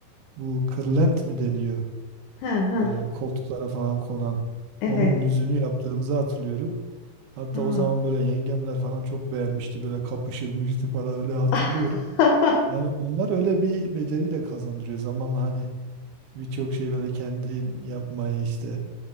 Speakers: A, on the right; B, on the left.
A: Bu kırlent mi deniyor?
B: Ha, ha,
A: Böyle koltuklara falan konan.
B: evet.
A: Onun yüzünü yaptığımızı hatırlıyorum. Hatta
B: Aa.
A: o zaman böyle yengemler falan çok beğenmişti. Böyle kapışılmıştı falan öyle hatırlıyorum.
B: <laughs>
A: Yani onlar öyle bir beceri de kazandırıyor. Zamanla hani birçok şey böyle kendin yapmayı işte